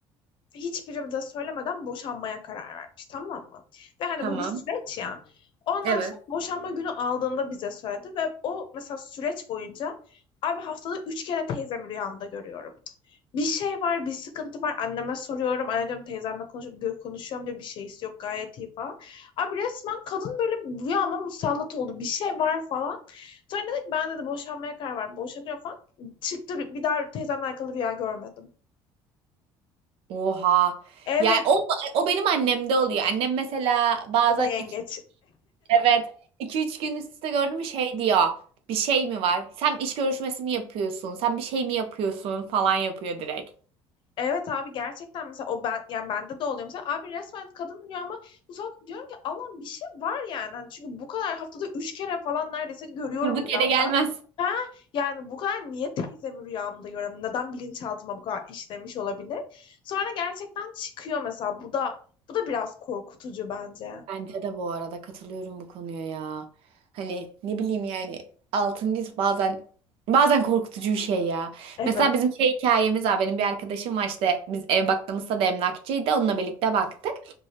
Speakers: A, on the left; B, on the right.
A: hiçbiri de söylemeden boşanmaya karar vermiş tamam mı? Ve hani
B: tamam.
A: bu bir süreç ya. Ondan
B: Evet.
A: sonra boşanma günü aldığında bize söyledi ve o mesela süreç boyunca abi haftada üç kere teyzemi rüyamda görüyorum. Bir şey var, bir sıkıntı var. Anneme soruyorum. Anne diyorum teyzemle konuşup konuşuyorum diyor. Bir şeysi yok gayet iyi falan. Abi resmen kadın böyle rüyama musallat oldu. Bir şey var falan. Sonra dedik ben dedi boşanmaya karar verdim. Boşanıyor falan. Çıktı bir daha teyzemle alakalı rüya görmedim.
B: Oha.
A: Evet
B: Yani o, o benim annemde oluyor. Annem mesela bazen
A: o da yengeç.
B: iki, evet iki üç gün üst üste gördüm mü şey diyor. Bir şey mi var? Sen iş görüşmesi mi yapıyorsun? Sen bir şey mi yapıyorsun? Falan yapıyor direkt.
A: Evet abi gerçekten mesela o ben yani bende de oluyor mesela abi resmen kadın rüyama ama bu saat diyorum ki Allah'ım bir şey var yani Hani çünkü bu kadar haftada üç kere falan neredeyse görüyorum
B: Durduk
A: rüyamda.
B: yere gelmez.
A: Ha yani bu kadar niye teyzemi rüyamda görüyorum neden bilinçaltıma bu kadar işlemiş olabilir. Sonra gerçekten çıkıyor mesela bu da bu da biraz korkutucu bence.
B: Bence de bu arada katılıyorum bu konuya ya. Hani ne bileyim yani altın diz bazen bazen korkutucu bir şey ya.
A: Evet.
B: Mesela bizim şey hikayemiz var. Benim bir arkadaşım var işte biz ev baktığımızda da emlakçıydı. Onunla birlikte baktık.